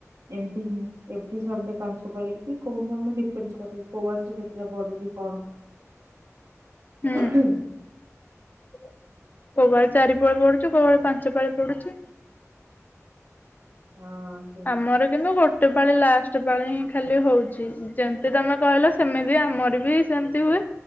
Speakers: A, on the right (about 75°); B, on the left (about 35°).
A: ଏମିତିହିଁ ଏଭ୍ରି ସେଣ୍ଡେ ପାଞ୍ଚ ପଳିକି କୋଉଦିନ ମୁଁ ଡିପେଣ୍ଡ କରେ କୋମାସରେ କେତେଟା ବଢ଼ୁଚି କଣ
B: ହୁଁ।
A: ହଁ
B: କୋଉପାଳି ଚାରି ପାଳି ପଡୁଚି କୋଉପାଳି ପାଞ୍ଚ ପାଳି ପଡ଼ୁଚି।
A: ହଁ।
B: ଆମର କିନ୍ତୁ ଗୋଟେ ପାଳି ଲାଷ୍ଟ ଗୋଟେ ପାଳିହିଁ ଖାଲି ହଉଚି ଯେମିତି ତମେ କହିଲ ସେମିତି ଆମରବି ସେମିତି ହୁଏ।